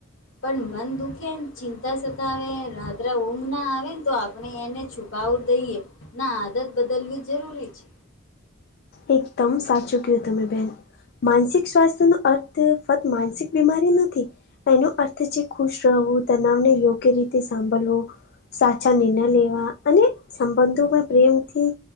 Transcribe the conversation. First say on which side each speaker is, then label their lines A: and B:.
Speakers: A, on the left (about 70°); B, on the left (about 50°).
A: પણ મન દુખેન, ચિંતા સતાવે, રાત્ર ઊંઘ ના આવે ને તો આપણે એને છુ છુપાવ દઈએ ના આદત બદલવી જરૂરી છે.
B: એકદમ સાચું કીધું તમે બેન. માનસિક સ્વાસ્થ્ય નો અર્થ ફક્ત માનસિક બીમારી નથી, એનો અર્થ છે ખુશ રહો, તનાવને યોગ્ય રીતે સાંભળવો સાચા નીરનય લેવા અને સંબંધોમેં પ્રેમથી